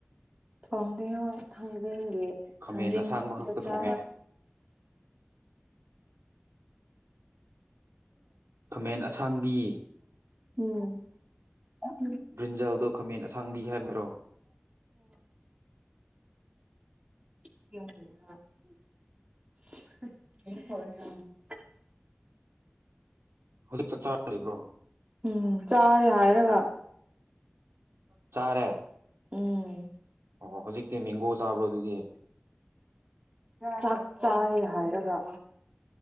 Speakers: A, on the right; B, on the right.
A: ꯊꯣꯡꯗꯉꯣ ꯊꯥꯡꯖꯤꯡꯒꯤ
B: ꯈꯥꯃꯦꯟ
A: ꯊꯥꯡꯖꯤꯡ
B: ꯑꯁꯥꯡꯕ ꯈꯛꯇ
A: ꯆ
B: ꯊꯣꯡꯉꯦ ꯈꯃꯦꯟ ꯑꯁꯥꯡꯕꯤ
A: ꯎꯝ ꯍꯝ
B: ꯕ꯭ꯔꯤꯟꯖꯜꯗꯣ ꯈꯥꯃꯦꯟ ꯑꯁꯥꯡꯕꯤ ꯍꯥꯏꯕ꯭ꯔꯣ
A: ꯀ <unintelligible> <inaudible>
B: ꯍꯧꯖꯤꯛ ꯆꯠ ꯆꯥꯔꯤꯕ꯭ꯔꯣ
A: ꯎꯝ ꯆꯥꯔꯦ ꯍꯥꯏꯔꯒ
B: ꯆꯥꯔꯦ
A: ꯎꯝ
B: ꯑꯣ ꯍꯧꯖꯤꯛꯇꯤ ꯃꯦꯡꯒꯣ ꯆꯥꯕ꯭ꯔꯣ ꯑꯗꯨꯗꯤ
A: ꯆꯥꯛ ꯆꯥꯏ ꯍꯥꯏꯔꯒ